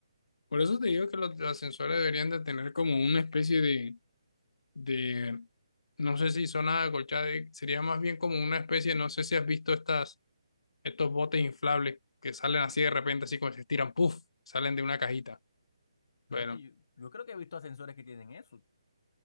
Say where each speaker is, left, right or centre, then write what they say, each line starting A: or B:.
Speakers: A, on the left; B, on the left.
A: Por eso te digo que los ascensores deberían de tener como una especie de de No sé si zona acolchada eh, sería más bien como una especie, no sé si has visto estas, estos botes inflables que salen así de repente, así como se estiran, puff, salen de una cajita.
B: Espérate,
A: Bueno,
B: yo, yo creo que he visto ascensores que tienen eso,